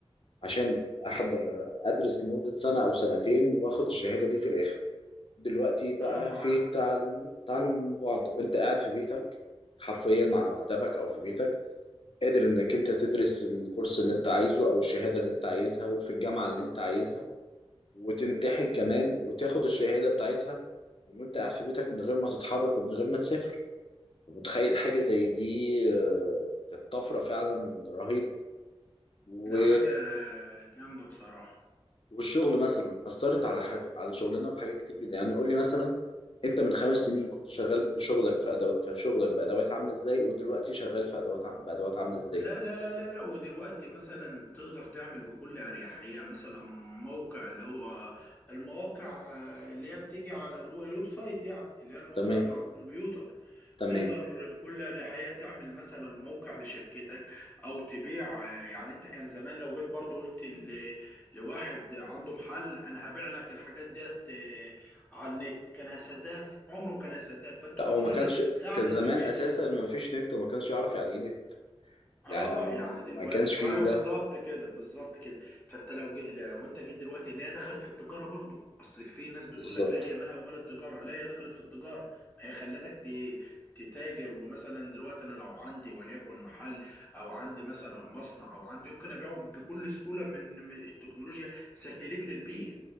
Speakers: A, on the left; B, on the left.
A: عشان احضر ادرس لمده سنه او سنتين واخد الشهاده دي في الاخر دلوقتي بقى
B: اه معاه
A: في تعل- تعلم من بعد انت قاعد في بيتك حرفيا على مكتبك او في بيتك قادر انك انت تدرس الكورس اللي انت عايزه او الشهادة اللي انت عايزها وفي الجامعة اللي انت عايزها وتمتحن كمان وتاخد الشهادة بتاعتها من وانت قاعد في بيتك من غير ما تتحرك ومن غير ما تسافر ومتخيل حاجة زي دي آه، كانت طفرة فعلا رهيبة و...
B: لا حاجه جامده بصراحه
A: والشغل مثلا أثرت على حاجة على شغلنا بحاجة كتير جدا يعني قول لي مثلا انت من خمس سنين كنت شغال بشغلك في أدو... في شغلك بادوات عامله ازاي ودلوقتي شغال في ادوات عم... بادوات عامله ازاي
B: لا لا لا لا لا ودلوقتي مثلا تقدر تعمل بكل أريحية مثلا موقع اللي هو المواقع آه، اللي هي بتيجي على الو- الويب سايت يعني اللي هي المواقع
A: تمام
B: اللي على الكمبيوتر
A: تمام
B: تقدر بكل أريحية تعمل مثلا موقع لشركتك أو تبيع آه، يعني أنت كان زمان لو جيت برضو قلت ل- لواحد عنده محل أنا هبيع لك الحاجات ديت آه، على النت كان هيصدقك عمره ما كان هيصدقك فالتكنولوجيا
A: لا هو ما كانش
B: ساعدت
A: كان زمان
B: في البيع
A: اساسا ما فيش نت وما كانش يعرف يعني ايه نت
B: اه
A: يعني ما,
B: يعني دلوقتي
A: ما كانش فيه
B: ايوه
A: ده
B: بالظبط كده بالظبط كده فانت لو جي... لو انت جيت دلوقتي ان هي دخلت في التجاره برضو اصل في ناس بتقول
A: بالظبط
B: لك لا هي مالها ومال التجاره لا هي دخلت في التجاره هي خلتك ت... تتاجر ومثلا دلوقتي انا لو عندي وليكن محل او عندي مثلا مصنع او عندي يمكن ابيعه بكل سهوله من من التكنولوجيا سهلت لي البيع